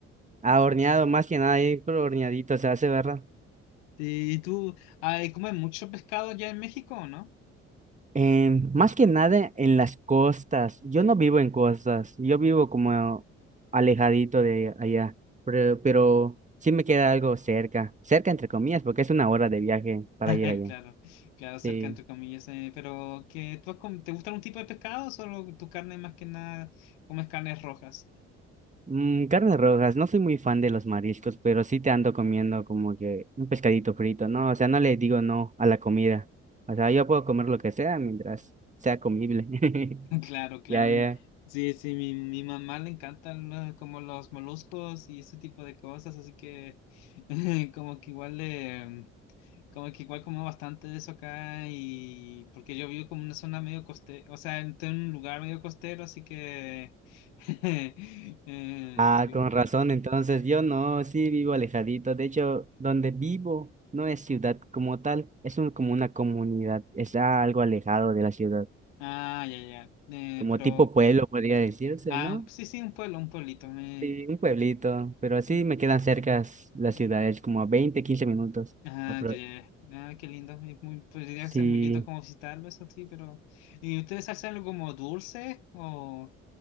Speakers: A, on the right (about 20°); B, on the left (about 70°).
A: Ah, horneado, más que nada, ahí, pero horneadito se hace, ¿verdad?
B: Sí, ¿Y tú, ay, comen mucho pescado allá en México o no?
A: En- más que nada en las costas. Yo no vivo en costas, yo vivo como alejadito de allá, pero, pero sí me queda algo cerca, cerca entre comillas, porque es una hora de viaje para
B: <laughs>
A: ir allá.
B: Claro, claro,
A: Sí.
B: cerca entre comillas, eh, pero que tú has com- ¿te gusta algún tipo de pescado o solo tu carne más que nada comes carnes rojas?
A: Mm, carnes rojas, no soy muy fan de los mariscos, pero sí te ando comiendo como que un pescadito frito, ¿no? O sea, no le digo no a la comida. O sea, yo puedo comer lo que sea mientras sea comible. <laughs>
B: Claro, claro.
A: Ya, ya.
B: Sí, sí, mi, mi mamá le encantan ¿no? como los moluscos y ese tipo de cosas, así que <laughs> como que igual le, como que igual como bastante de eso acá y porque yo vivo como en una zona medio costera, o sea, en en un lugar medio costero, así que <laughs> eh,
A: Ah,
B: sí.
A: con razón, entonces yo no, sí vivo alejadito. De hecho, donde vivo no es ciudad como tal, es un- como una comunidad, está algo alejado de la ciudad,
B: Ah, ya, ya. Eh,
A: como
B: pero,
A: tipo pueblo podría decirse,
B: ah,
A: ¿no?
B: sí, sí, un pueblo, un pueblito. Me,
A: Sí, un pueblito, pero así
B: y-
A: me quedan cerca las
B: y-
A: ciudades, como a 20 15 minutos.
B: Ah,
A: apro-
B: ya, ya, ya. Ah, qué lindo. Es muy- podría
A: Sí,
B: ser muy lindo como visitarlo, eso sí, pero. ¿Y ustedes hacen algo como dulce o